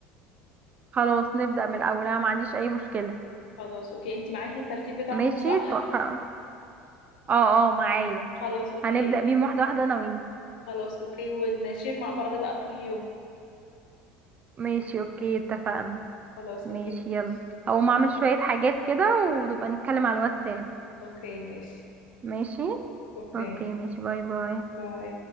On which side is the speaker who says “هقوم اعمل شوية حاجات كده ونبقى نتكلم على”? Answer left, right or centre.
Right